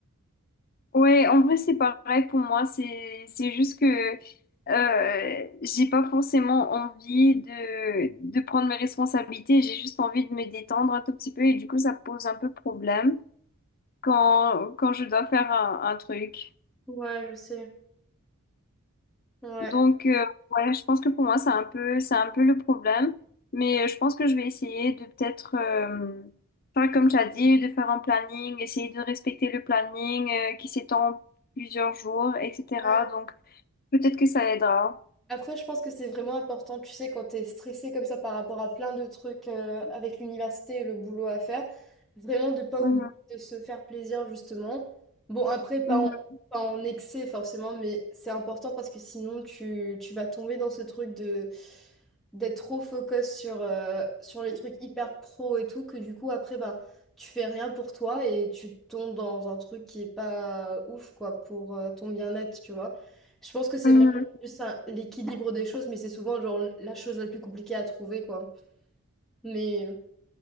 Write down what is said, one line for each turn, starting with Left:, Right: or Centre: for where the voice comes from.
Left: Ouais, en vrai, c'est pareil pour moi. C'est, c'est juste que euh, j'ai pas forcément envie de, de prendre mes responsabilités. J'ai juste envie de me détendre un tout petit peu et du coup, ça pose un peu problème quand, quand je dois faire un, un truc.
Centre: Ouais, je sais. Ouais.
Left: Donc, euh, ouais, je pense que pour moi, c'est un peu, c'est un peu le problème. Mais euh, je pense que je vais essayer de peut-être euh, faire comme tu as dit, de faire un planning, essayer de respecter le planning euh, qui s'étend plusieurs jours, etc.
Centre: Ouais,
Left: Donc, peut-être que ça aidera.
Centre: Après, je pense que c'est vraiment important, tu sais, quand tu es stressé comme ça par rapport à plein de trucs euh, avec l'université et le boulot à faire, vraiment de pas
Left: Mhm,
Centre: oublier de se faire plaisir, justement. Bon, après, pas
Left: mhm,
Centre: en, pas en excès forcément, mais c'est important parce que sinon, tu, tu vas tomber dans ce truc de d'être trop focus sur, euh, sur les trucs hyper pro et tout, que du coup, après, ben, tu fais rien pour toi et tu tombes dans un truc qui est pas ouf, quoi, pour euh, ton bien-être, tu vois. Je pense que c'est
Left: mhm.
Centre: juste un- l'équilibre des choses, mais c'est souvent genre la chose la plus compliquée à trouver, quoi. Mais